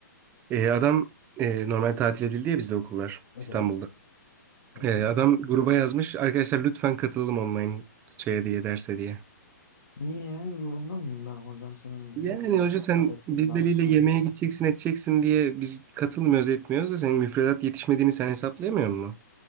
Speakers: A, on the right; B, on the left.
A: E, adam e, normal tatil edildi ya bizde okullar
B: Evet,
A: İstanbul'da.
B: evet.
A: Ee, adam gruba yazmış. Arkadaşlar lütfen katılalım online şeye diye derse diye.
B: Niye? Zorunda mıyım ben hocam senin
A: Yani hoca
B: e, iptal
A: sen
B: ettiğin
A: birileriyle
B: derse
A: yemeğe gideceksin edeceksin diye biz katılmıyoruz etmiyoruz da senin müfredat yetişmediğini sen hesaplayamıyor musun?